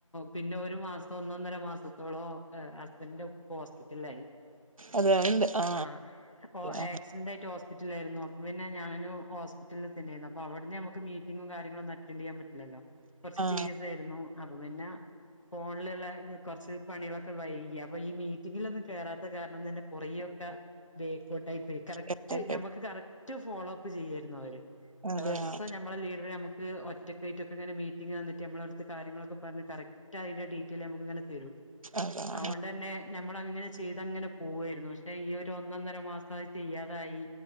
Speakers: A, on the left; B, on the right.
A: പിന്നെ ഒരു മാസം ഒന്നൊന്നര മാസത്തോളംഹസ്ബൻഡറിന്റെ ഉപ്പ ഹോസ്പിറ്റലായി
B: അതെ ഉണ്ട് ആ
A: ആഹ്
B: ആ
A: ആക്സിഡന്റ് ആയിട്ട്.... ഹോസ്പറ്റലിലായിരുന്നു അപ്പ പിന്ന ഞാനൊ ഒരു ഹോസ്പിറ്റലിൽന്നെയായി അവിടുന്ന് നമക്ക് മീറ്റിങ്ങും കാര്യങ്ങളു ഒന്നും റ്റ ചെയ്യാൻ പറ്റില്ലല്ലോ കൊറച്ച്
B: ആ ആ
A: സീരിയസ് ആയിരുന്നു അപ്പൊ പിന്നെ ഫോണിലുള്ള കുറച്ച് പണികളൊക്കെ വൈക അപ്പൊ ഈ മീറ്റിങ്ങിലൊന്നും കേയറാത്ത കാരണം തന്നെ കുറൊക്കെ... ബേക്കോട്ടായി പോയി കറക്റ്റ്
B: ആയിക്കോട്ടെ
A: ഞമ്മക്ക് കറക്റ്റ് ഫോളോ അപ്പ് ചെയ്യായിരുന്നു അവര്....
B: അതെ
A: ദിവസം
B: ആ
A: നമ്മെ ലീഡറെ നമുക്ക് ഓ ഒറ്റക്ക ആയിട്ട് ഇങ്ങെ മീറ്റിങ് ന്നിട്ട് നമ്മള അടുത്തെ കാര്ങ്ങളൊക്കെ പറ കറക്റ്റ് അതിന്റെ ഡീറ്റയിൽ നമുക്കങ്ങ തരും
B: അതെ ആ
A: അതുകൊണ്ട തന്നെ നമ്മള അങ്ങനെ ചെയ്ത്ങ്ങനെ പോവായിരുന്നു പക്ഷെ ഈ ഒരു ഒന്നൊന്നര മാസം ചെയ്യാതായി....